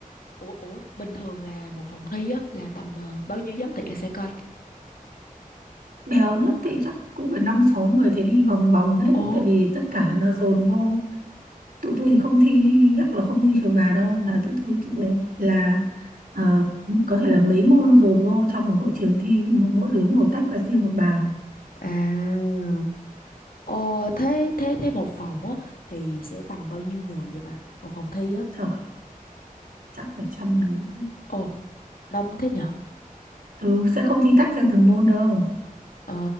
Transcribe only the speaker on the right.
bèo nhất thì chắc cũng phải năm sáu người thế đi vòng vòng hết
tại vì tất cả nó dồn vô tụi tôi thì không thi chắc là không như trường bà đâu là tụi tôi tụi này là ờ, có thể là mấy môn dồn vô trong một hội trường thi nhưng mà mỗi đứa ngồi tách ra riêng một bàn
trời chắc phải trăm đứa
ừ, sẽ không thi tách theo từng môn đâu